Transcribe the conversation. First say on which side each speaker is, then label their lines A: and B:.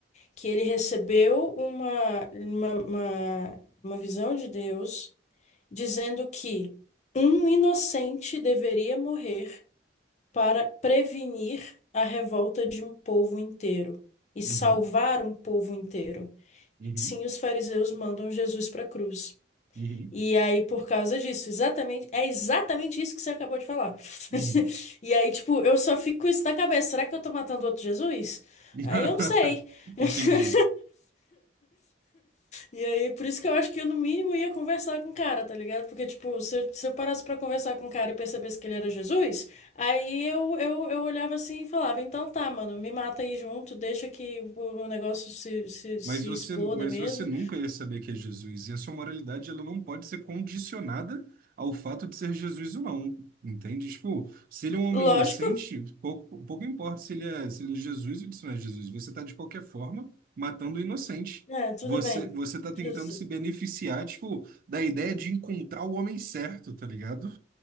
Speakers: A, on the left; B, on the right.
A: que ele recebeu uma, uma, uma, uma visão de Deus dizendo que um inocente deveria morrer para prevenir a revolta de um povo inteiro e salvar
B: uhum,
A: um povo inteiro.
B: uhum,
A: Sim, os fariseus mandam Jesus para a cruz.
B: uhum,
A: E aí, por causa disso, exatamente, é exatamente isso que você acabou de falar. <laughs>
B: uhum, uhum,
A: E aí, tipo, eu só fico com isso na cabeça. Será que eu tô matando outro Jesus?
B: <laughs>
A: Aí eu não sei. <laughs>
B: Entendi.
A: E aí, por isso que eu acho que eu, no mínimo, ia conversar com o cara, tá ligado? Porque, tipo, se eu, se eu parasse pra conversar com o cara e percebesse que ele era Jesus, aí eu, eu, eu olhava assim e falava: então tá, mano, me mata aí junto, deixa que o o negócio se, se, se
B: Mas você,
A: exploda
B: mas
A: mesmo.
B: você nunca ia saber que é Jesus. E a sua moralidade, ela não pode ser condicionada ao fato de ser Jesus ou não. Entende? Tipo, se ele é um homem
A: Lógico.
B: inocente, pouco, pouco importa se ele é, se ele é Jesus ou se não é Jesus. Você está, de qualquer forma, matando o inocente.
A: É, tudo
B: Você,
A: bem.
B: você tá tentando
A: Justo.
B: se beneficiar, tipo, da ideia de encontrar o homem certo, tá ligado?